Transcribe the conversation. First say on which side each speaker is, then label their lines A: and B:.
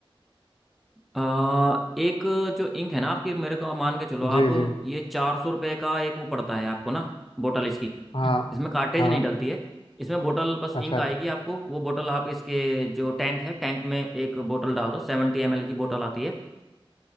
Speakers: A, in the centre; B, on the left.
A: आ, एक जो इंक है ना आपकी मेरे को मान के चलो आप
B: जी जी
A: ये चार सौ रुपये का एक वो पड़ता है आपको ना बोतल इसकी
B: हाँ
A: <clears throat> इसमें कार्टेज
B: हाँ
A: नहीं डलती है इसमें बोतल बस
B: अच्छा
A: इंक आएगी आपको वो बोतल आप इसके जो टैंक है टैंक में एक बोतल डाल दो सेवेंटी एम एल की बोतल आती है